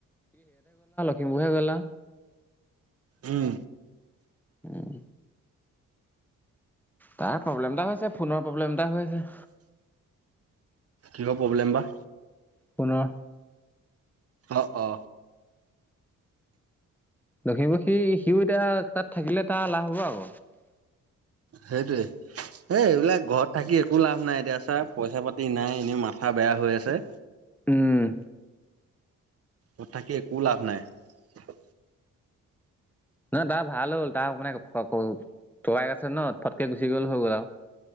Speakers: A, in the centre; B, on the right.
A: কুম্ভমেলা
B: উম
A: উম, তাৰ প্ৰব্লেম এটা হৈছে ফোনৰ প্ৰব্লেম এটা হৈ আছে
B: কিহৰ প্ৰব্লেম বা
A: ফোনৰ
B: অ অ
A: দক্ষিম পক্ষী সিও এতিয়া তাত থাকিলে তাৰ লাভ হ'ব আক
B: সেইটোয়ে এ এইবিলাক ঘৰত থাকি একো লাভ নাই এতিয়া চাৰ পইচা পাতি নাই এনেই মা বেয়া হৈ আছে
A: উম
B: ঘৰত থাকি একো লাভ নাই
A: নহ তাৰ ভাল হ'ল তাৰ মানে ককায়েক আছে ন ফটকে গুচি গ'ল হৈ গ'ল আৰু